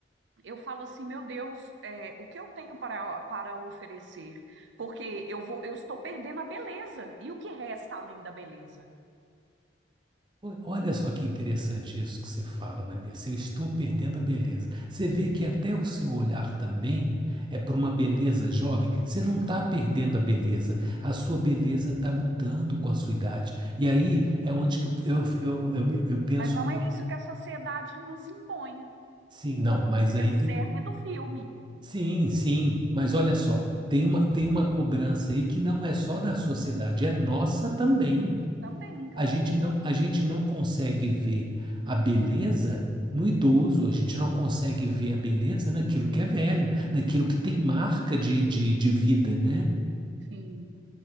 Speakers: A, on the right; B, on the right.
A: eu falo assim, meu Deus, é, o que eu tenho para, para oferecer? Porque eu vou, eu estou perdendo a beleza. E o que resta além da beleza?
B: O- Olha só que interessante isso que você fala, Vanessa. Eu estou perdendo a beleza. Você vê que até o seu olhar também é para uma beleza jovem. Você não está perdendo a beleza. A sua beleza está mudando com a sua idade. E aí é onde que eu, eu, eu, eu, me- eu penso
A: Mas não
B: muito.
A: é isso que a sociedade nos impõe,
B: Sim, não, mas
A: que
B: aí
A: é o cerne
B: tem.
A: do filme.
B: Sim, sim. Mas olha só, tem uma, tem uma cobrança aí que não é só da sociedade, é nossa também.
A: Também, claro.
B: A gente não, a gente não consegue ver a beleza no idoso, a gente não consegue ver a beleza naquilo que é velho, naquilo que tem marca de, de, de vida, né?
A: Sim.